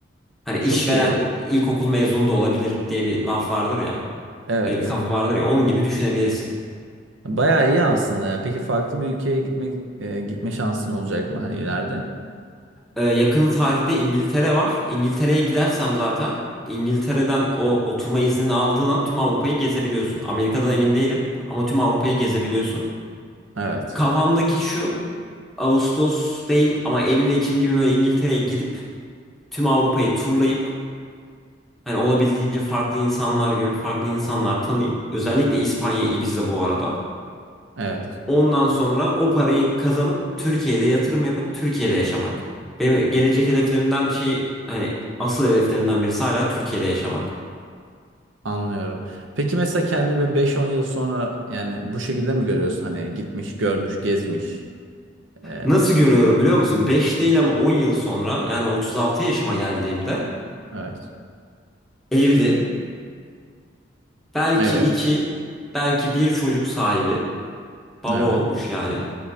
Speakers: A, in the centre; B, on the right.
A: Hani işveren
B: Çok iyi.
A: ilkokul mezunu da olabilir diye bir laf vardır ya.
B: Evet.
A: Böyle bir kafa vardır ya. Onun gibi düşünebilirsin.
B: Bayağı iyi aslında ya. Peki farklı bir ülkeye gitmek e, gitme şansın olacak mı hani ileride?
A: Ee, yakın tarihte İngiltere var. İngiltere'ye gidersem zaten İngiltere'den o oturma iznini aldığın an tüm Avrupa'yı gezebiliyorsun. Amerika'dan emin değilim ama tüm Avrupa'yı gezebiliyorsun.
B: Evet.
A: Kafamdaki şu Ağustos değil ama Eylül-Ekim gibi böyle İngiltere'ye gidip tüm Avrupa'yı turlayıp hani olabildiğince farklı insanlar görüp farklı insanlar tanıyıp özellikle İspanya, Ibiza bu arada.
B: Evet.
A: Ondan sonra o parayı kazanıp Türkiye'de yatırım yapıp Türkiye'de yaşamak. Benim gelecek hedeflerimden şey hani asıl hedeflerimden birisi hala Türkiye'de yaşamak.
B: Anlıyorum. Peki mesela kendini böyle 5-10 yıl sonra yani bu şekilde mi görüyorsun hani gitmiş, görmüş, gezmiş? E,
A: Nasıl görüyorum biliyor musun? 5 değil ama 10 yıl sonra yani 36 yaşıma geldiğimde
B: evet.
A: evli, belki
B: Evet.
A: 2 belki bir çocuk sahibi, baba
B: Evet.
A: olmuş yani.